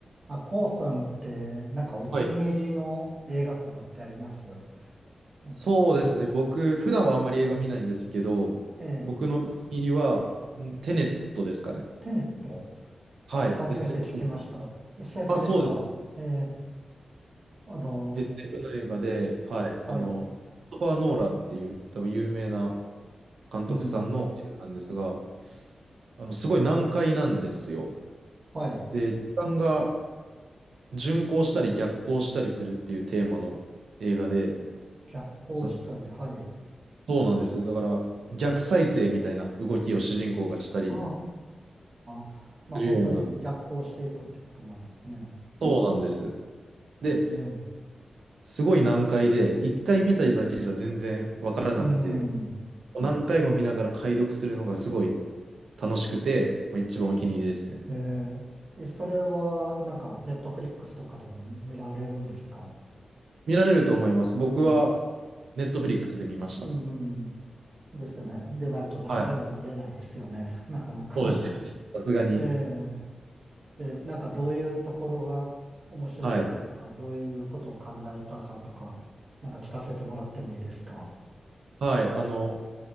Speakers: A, on the right; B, on the right.
A: あ、こうさんって、なんかお気に入りの映画とかってあります
B: はい。
A: なんか、
B: そうですね。僕、普段はあんまり映画見ないんですけど、
A: ええ、
B: 僕のお気に入りは、うんテネットですかね。
A: テネット。
B: はい。
A: あ、初めて聞きました。
B: SF、
A: SF
B: あ、
A: ですかええ、
B: そうです。
A: あの、
B: SF の映画で、はい。
A: はい、
B: あの、クリストファー・ノーランっていう、多分有名な監督さんの映画なんですが、
A: うん、
B: あの、すごい難解なんですよ。
A: はい。
B: で、時間が順行したり逆行したりするっていうテーマの映画で、
A: 逆行したり、
B: その、
A: はい。
B: そうなんですよ。だから、逆再生みたいな動きを主人公がしたり
A: ああ、まあ本当に逆行していくってことなんですね。
B: するような、そうなんです。で、
A: ええ、
B: すごい難解で、一回見ただけじゃ全然わからなくて、
A: うん、
B: 何回も見ながら解読するのがすごい楽しくて、まあ、一番お気に入りですね。
A: ええ、えそれはなんかネットフリックスとかでも見られるんですか
B: 見られると思います。僕は、
A: うん、
B: ネットフリックスで見ました。
A: うん、ですよね。でないと何回も見れないですよね。
B: はい。
A: <laughs> なかなか。
B: そうですね。さすがに。
A: えええ、なんかどういうところが面白かったとか、
B: はい。
A: どういうことを考えたかとか、なんか聞かせてもらってもいいですか。
B: はい。あの、